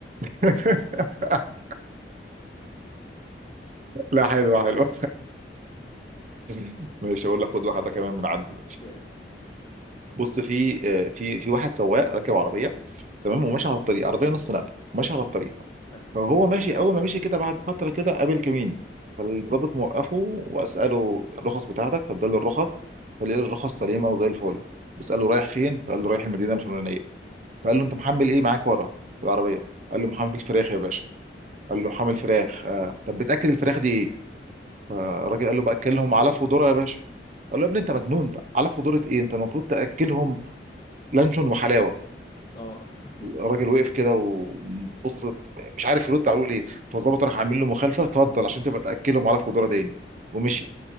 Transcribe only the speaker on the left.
<laughs> ماشي
حلو
اه <laughs>